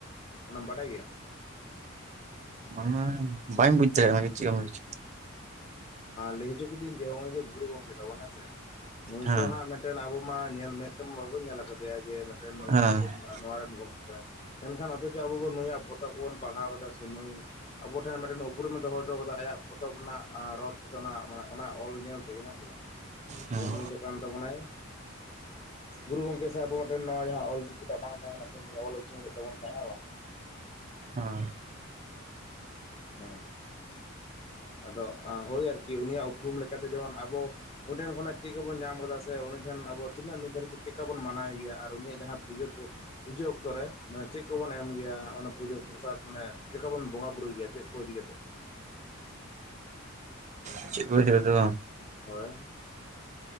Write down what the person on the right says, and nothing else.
ᱢᱟᱱᱮ ᱵᱟᱹᱧ ᱵᱩᱡ ᱫᱟᱲᱮᱭᱟᱜ ᱠᱟᱱᱟ ᱪᱮᱫ ᱞᱟᱹᱭ ᱚᱪᱭᱮᱫᱟ᱾
ᱦᱮᱸ
ᱦᱮᱸ
ᱦᱮᱸ
ᱦᱚᱸ᱾
<unintelligible>